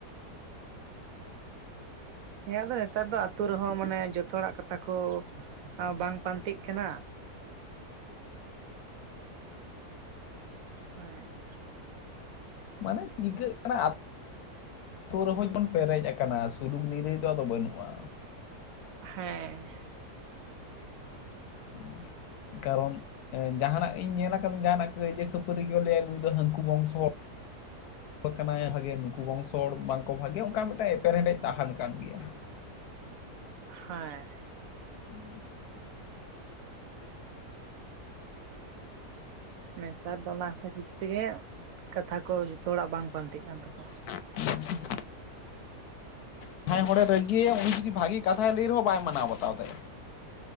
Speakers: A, on the right; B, on the left.
A: ᱦᱮᱸ ᱟᱫᱚ ᱱᱮᱛᱟᱨ ᱫᱚ ᱟᱹᱛᱩ ᱨᱮᱦᱚᱸ ᱢᱟᱱᱮ ᱡᱚᱛᱚ ᱦᱚᱲᱟᱜ ᱠᱟᱛᱷᱟ ᱠᱚ ᱵᱟᱝ ᱯᱟᱱᱛᱮᱜ ᱠᱟᱱᱟ᱾ <unintelligible>
B: ᱢᱟᱱᱮ ᱪᱤᱠᱟᱹᱜ ᱠᱟᱱᱟ ᱟᱹᱛᱩ <unintelligible> ᱵᱚᱱ ᱯᱮᱨᱮᱡ ᱟᱠᱟᱱᱟ ᱥᱩᱞᱩᱠ ᱱᱤᱨᱟᱹᱭ ᱟᱫᱚ ᱵᱟᱹᱱᱩᱜᱼᱟ᱾
A: ᱦᱮᱸ᱾
B: ᱦᱩᱸ᱾ ᱠᱟᱨᱚᱱ ᱡᱟᱦᱟᱱᱟᱜ ᱤᱧ ᱧᱮᱞ ᱟᱠᱟᱫᱟ ᱡᱟᱦᱟᱱᱟᱜ ᱠᱟᱹᱭᱡᱟᱹ ᱠᱷᱟᱹᱯᱟᱹᱨᱤ ᱜᱮ ᱞᱟᱹᱭᱟ ᱱᱩᱭ ᱫᱚ ᱦᱟᱹᱱᱠᱩ ᱵᱚᱝᱥᱚ
A: <inaudible>
B: ᱠᱟᱱᱟᱭ ᱵᱷᱟᱜᱮ ᱱᱩᱠᱩ ᱵᱚᱝᱥᱚ ᱦᱚᱲ ᱵᱟᱝᱠᱚ ᱵᱷᱟᱜᱮ ᱚᱱᱠᱟ ᱢᱤᱫᱴᱟᱝ ᱮᱯᱮᱨᱦᱮᱰᱮᱡ ᱛᱟᱦᱮᱱ ᱠᱟᱱ ᱜᱮᱭᱟ᱾
A: ᱦᱮᱸ᱾
B: <inaudible>
A: ᱱᱮᱛᱟᱨ ᱫᱚ ᱚᱱᱟ ᱠᱷᱟᱹᱛᱤᱨ ᱛᱮᱜᱮ ᱠᱟᱛᱷᱟ ᱠᱚ ᱡᱚᱛᱚ ᱦᱚᱲᱟᱜ ᱵᱟᱝ ᱯᱟᱱᱛᱮᱜ ᱠᱟᱱ ᱛᱟᱠᱚᱣᱟ᱾
B: <inaudible> ᱦᱮᱸ ᱡᱟᱦᱟᱭ ᱦᱚᱲᱮ ᱨᱟᱹᱜᱤᱭᱟᱭ ᱩᱱᱤ ᱡᱩᱫᱤ ᱵᱷᱟᱜᱤ ᱠᱟᱛᱷᱟᱭ ᱞᱟᱹᱭ ᱨᱮᱦᱚᱸ ᱵᱟᱭ ᱢᱟᱱᱟᱣ ᱵᱟᱛᱟᱣ ᱛᱟᱭᱟ᱾